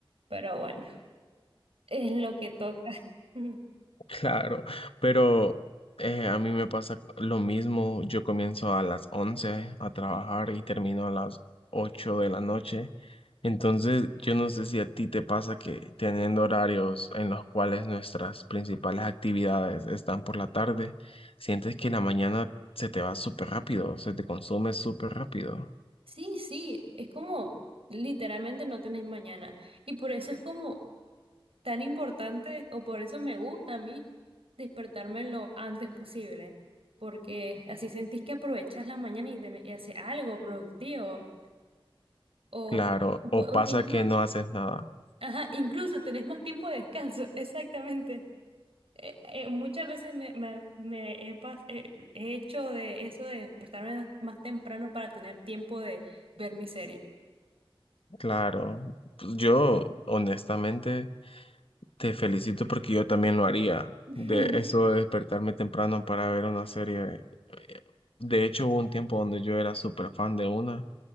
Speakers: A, on the right; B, on the left.
A: Pero bueno, <laughs> es lo que toca. <laughs>
B: Claro, pero eh, a mí me pasa lo mismo. Yo comienzo a las 11 a trabajar y termino a las 8 de la noche. Entonces, yo no sé si a ti te pasa que teniendo horarios en los cuales nuestras principales actividades están por la tarde, sientes que la mañana se te va súper rápido, se te consume súper rápido.
A: Sí, sí, es como literalmente no tenés mañana. Y por eso es como... tan importante, o por eso me gusta a mí despertarme lo antes posible, porque así sentís que aprovechas la mañana y, tenés- y haces algo productivo, o,
B: Claro,
A: o-
B: o pasa
A: o incluso,
B: que no haces nada.
A: ajá, incluso tenés más tiempo de descanso, <laughs> exactamente. Eh, eh, muchas veces me, me, me he, pas- eh, he hecho de eso de despertarme más temprano para tener tiempo de ver mi serie.
B: Claro, pues yo honestamente... Te felicito porque yo también lo haría.
A: <laughs>
B: De eso de despertarme temprano para ver una serie. eh, De hecho, hubo un tiempo donde yo era súper fan de una